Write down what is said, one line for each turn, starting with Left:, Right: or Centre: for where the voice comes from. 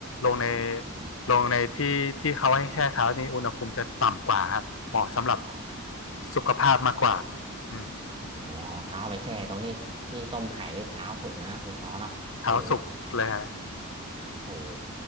Left: ลงใน
Right: อ่า
Left: ลงในที่ที่เขาให้แช่เท้านี่อุณหภูมิจะต่ำกว่าครับเหมาะสำหรับ
Right: อ๋อ
Left: สุขภาพมากกว่าอืม
Right: โอ้เอาเท้าไปแช่ตรงนี้ที่ต้มไข่นี่เท้าสุกเลยนะคุณปอเนาะเออ
Left: เท้าสุกเลยฮะ
Right: <laughs> โอ้โห